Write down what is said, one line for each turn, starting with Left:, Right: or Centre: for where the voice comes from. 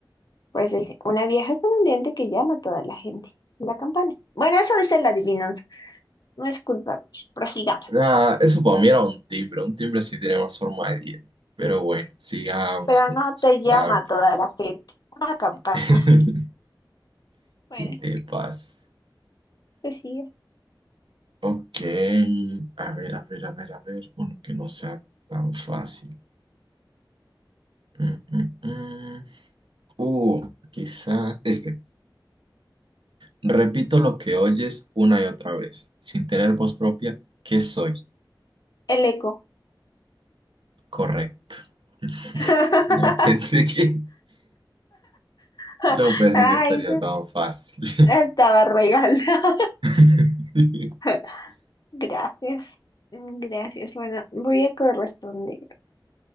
Left: Por eso dice, una vieja con un diente que llama a toda la gente. La campana. Bueno, eso dice la adivinanza. No es culpa mía. Prosigamos.
Right: Ah, eso para mí era un timbre. Un timbre sí tiene más forma de diente. Pero bueno, sigamos
Left: Pero
Right: con
Left: no
Right: tus
Left: te
Right: trampas.
Left: llama a toda la gente. Una campana,
Right: <laughs>
Left: sí. Bueno,
Right: Te pasas.
Left: pues sí.
Right: Ok, a ver, a ver, a ver, a ver, uno que no sea tan fácil. Mm, mm, mm. Uh, quizás este. Repito lo que oyes una y otra vez, sin tener voz propia, ¿qué soy?
Left: El eco.
Right: Correcto. <laughs>
Left: <laughs>
Right: No pensé que,
Left: <laughs>
Right: no pensé
Left: Ay,
Right: que estaría tan fácil.
Left: estaba regalada.
Right: <laughs>
Left: <laughs> Gracias. Mm, Gracias. Bueno, voy a corresponder